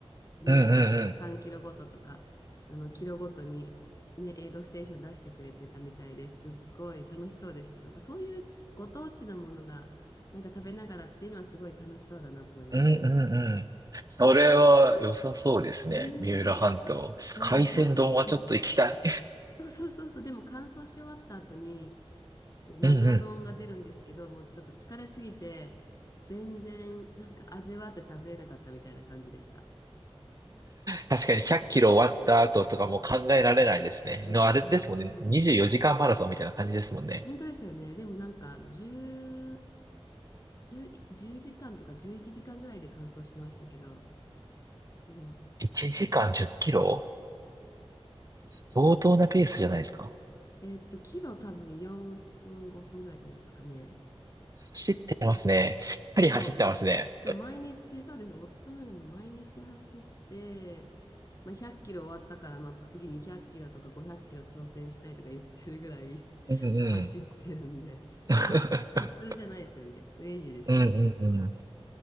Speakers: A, on the left; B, on the right.
A: ね、
B: うんうん
A: あの、3キロごととか、あの、キロごとに、ね、エイドステーション出してくれてたみたいですっごい楽しそうでした。なんか、そういうご当地のものが、なんか食べながらっていうのはすごい楽しそうだなと思いましたね。
B: うんうんうん。それは良さそうですね。
A: うん。
B: 三浦半島。
A: そう、
B: 海鮮丼はちょっと行きたい。
A: 100球。<laughs> そうそうそうそう。でも乾燥し終わった後に、
B: <laughs>
A: えマグロ丼が出るんですけど、
B: うんうん。
A: もうちょっと疲れすぎて、全然なんか味わって食べれなかったみたいな感じでした。
B: 確かに100キロ終わった後とかもう考えられないですね。
A: そういや、
B: のあれですもんね。
A: 考えられない。
B: 24時間マラソンみたいな感じですもんね。
A: 本当ですよね。でもなんか10、1時間とか11時間ぐらいで乾燥してましたけど、うん。
B: 1時間10キロ相当なペースじゃないですか。
A: えっと、キロ多分4分、5分ぐらいじゃないですかね。
B: 走ってますね。しっかり走ってますね。
A: そう、そう、毎日、そうです。夫なんかもう毎日走って、まあ、100キロ終わったから、まあ、次200キロとか500キロ挑戦したいとか言ってるぐらい <laughs>
B: うんうん。
A: 走ってるんで、
B: <laughs>
A: まあ、普通じゃないですよね。クレイジーですよね、
B: うんうんうん。
A: 本当。